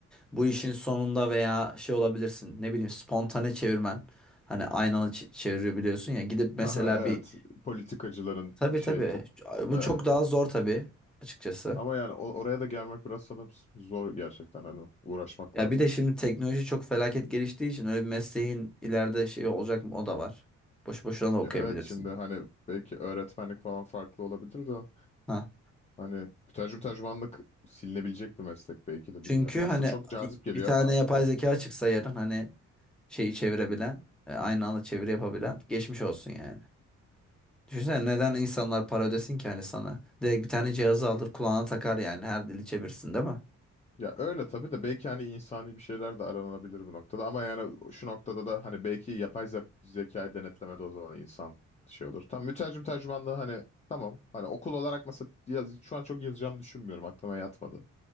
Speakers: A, in the centre; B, on the left.
A: Bu işin sonunda veya şey olabilirsin ne bileyim spontane çevirmen. Hani aynanı ç- çevirebiliyorsun ya gidip mesela
B: Haha, Evet
A: bir
B: politikacıların
A: tabii
B: şey
A: tabii
B: top
A: bu
B: evet.
A: çok daha zor tabii açıkçası.
B: Ama yani o- oraya da gelmek biraz sanırım s- zor gerçekten hani uğraşmak
A: Ya
B: lazım.
A: bir de şimdi teknoloji çok felaket geliştiği için öyle bir mesleğin ileride şey olacak mı o da var. Boş boşuna
B: Ya
A: da okuyabilirsin.
B: evet şimdi hani belki öğretmenlik falan farklı olabilir de
A: Ha.
B: hani mütercim tercümanlık silinebilecek bir meslek belki de
A: Çünkü
B: bilmiyorum. Aslında
A: hani
B: çok cazip geliyor
A: bir tane
B: ama
A: yapay zeka çıksa yarın hani şeyi çevirebilen, e, aynı anda çeviri yapabilen geçmiş olsun yani. Düşünsene neden insanlar para ödesin ki hani sana? Direkt bir tane cihazı alır kulağına takar yani her dili çevirsin değil mi?
B: ya öyle tabii de belki hani insani bir şeyler de aranabilir bu noktada ama yani şu noktada da hani belki yapay ze- zekayı denetlemede o zaman insan şey olur. Tam mütercim tercümanlığı hani tamam hani okul olarak mesela yaz- şu an çok yazacağım düşünmüyorum aklıma yatmadı.